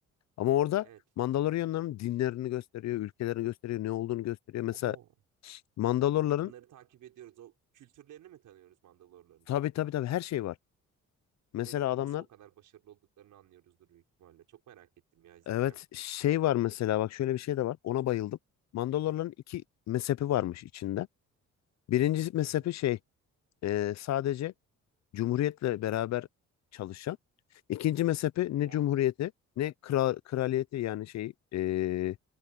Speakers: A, on the left; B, on the right.
A: Ama orada
B: Evet.
A: Mandalorianların dinlerini gösteriyor, ülkelerini gösteriyor, ne olduğunu gösteriyor. Mesela
B: Oho.
A: Mandalorların
B: Onları takip ediyoruz. O kültürlerini mi tanıyoruz Mandalorların?
A: tabii tabii tabii her şey var. Mesela
B: Ve o-
A: adamlar
B: nasıl o kadar başarılı olduklarını anlıyoruzdur büyük ihtimalle. Çok merak ettim ya izleyeceğim.
A: evet şey var mesela bak şöyle bir şey de var. Ona bayıldım. Mandalorların iki mezhepi varmış içinde. Birincisi mezhepi
B: Hı hı.
A: şey e, sadece Cumhuriyetle beraber çalışan. İkinci mezhepe ne
B: O.
A: cumhuriyeti ne kral, kraliyeti yani şey e,